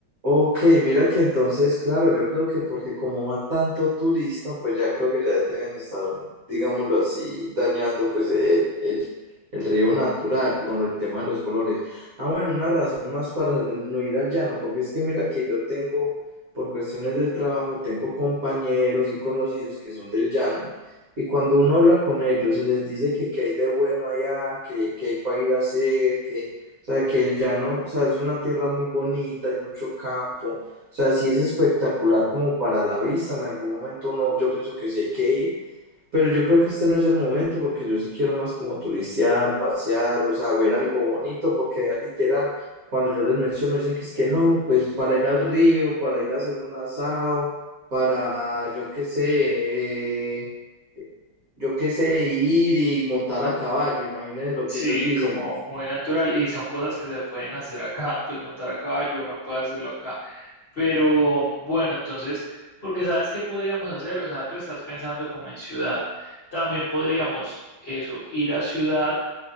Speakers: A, on the right (about 55°); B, on the left (about 35°).
A: Ok, mira que entonces, claro, yo creo que porque como va tanto turista, pues ya creo que ya deben estar, digámoslo así, dañando pues el, el, el río natural con el tema de los colores. Ah, bueno, una razón más para no ir al llano, porque es que mira que yo tengo, por cuestiones del trabajo, tengo compañeros y conocidos que son del llano, y cuando uno habla con ellos y les dice que qué hay de bueno allá, que qué hay para ir a hacer, que o sea, que el llano, o sea, es una tierra muy bonita, hay mucho campo. O sea, sí es espectacular como para la vista. En algún momento uno, yo pienso que sí hay que ir, pero yo creo que este no es el momento porque yo sí quiero más como turistear, pasear, o sea, ver algo bonito, porque allá literal, cuando yo les menciono, dicen que es que no, pues para ir al río, para ir a hacer un asado, para, yo qué sé, eh, yo qué sé, ir y montar a caballo, imagínense lo
B: Sí,
A: que ellos dicen.
B: como muy natural y son cosas que se pueden hacer acá, pues montar a caballo, uno puede hacerlo acá. Pero bueno, entonces, porque sabes qué podríamos hacer, o sea, tú estás pensando como en ciudad. También podríamos eso, ir a ciudad,